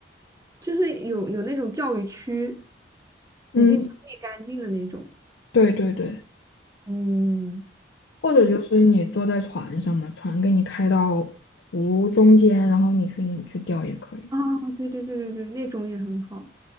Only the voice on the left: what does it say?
嗯，
对对对。
或者就是你坐在船上嘛，船给你开到湖中间，然后你去你去钓也可以。